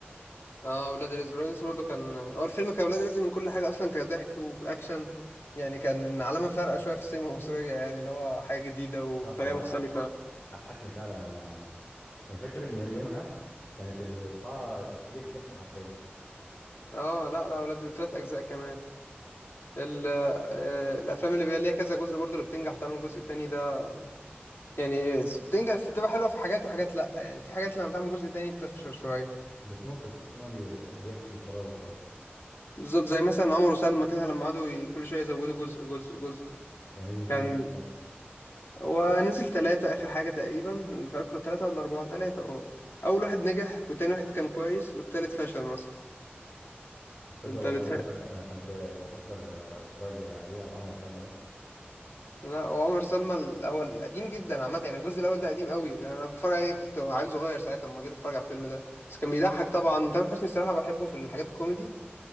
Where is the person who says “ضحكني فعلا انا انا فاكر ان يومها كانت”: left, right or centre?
Left